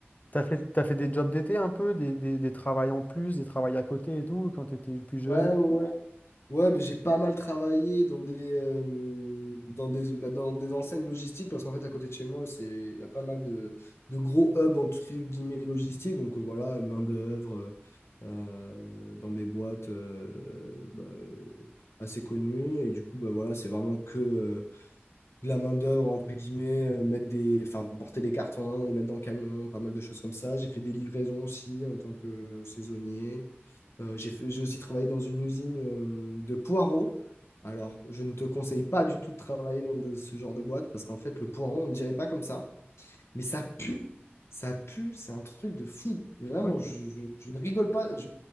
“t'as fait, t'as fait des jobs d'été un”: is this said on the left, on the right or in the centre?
Left